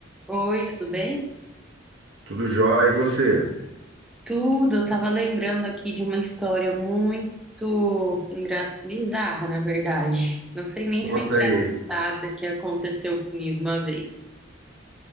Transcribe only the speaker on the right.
Tudo jóia, e você?
Conta
aí.